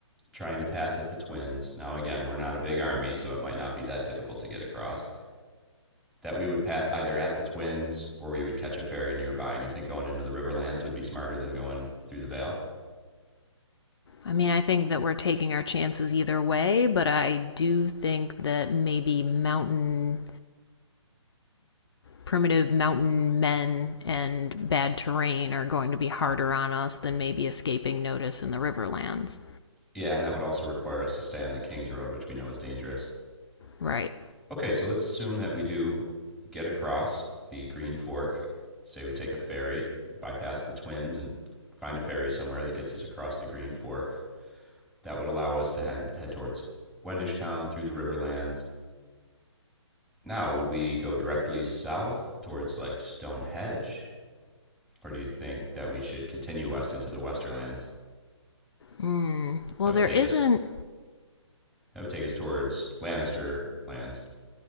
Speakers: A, in the centre; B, on the left.
A: trying to pass at the twins, now again, we're not a big army, so it might not be that difficult to get across, that we would pass either at the twins or we would catch a ferry nearby. And you think going into the Riverlands would be smarter than going through the Vale?
B: I mean, I think that we're taking our chances either way, but I do think that maybe mountain primitive mountain men and bad terrain are going to be harder on us than maybe escaping notice in the riverlands.
A: Yeah, and that would also require us to stay on the King's Road, which we know is dangerous.
B: Right.
A: Okay, so let's assume that we do get across the Green Fork. Say we take a ferry, bypass the Twins, and find a ferry somewhere that gets us across the Green Fork. That would allow us to head, head towards Wendishtown through the Riverlands. Now, would we go directly south towards like Stonehenge, or do you think that we should continue west into the Westerlands?
B: Hmm. Well,
A: That would
B: there
A: take
B: isn't
A: us. That would take us towards Lannister lands.